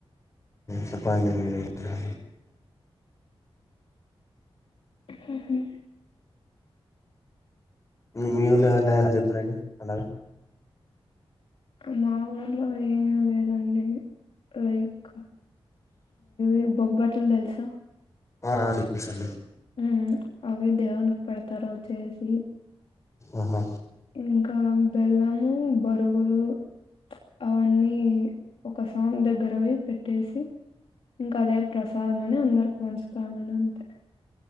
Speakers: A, on the left; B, on the left.
A: చెప్పండి మీరె ఇంకా
B: మ్ హు
A: మీ ఊర్లో అలా ఎలా చెస్తారండి పండగా
B: మా ఊర్లో ఏం లేదండి లైక్ ఇ బొబ్బ ట్ల్ తెలుసా
A: ఆ సరే <unintelligible>
B: మ్ అవి దేవునికి పెడతారు చేసి
A: ఆహా
B: ఇంకా బెల్లము బొరుగులు అవన్నీ ఒక సామి దగ్గరబొయి పెట్టేసి ఇంకా అదే ప్రసాదం అని అందరికి పంచుతామని అంతే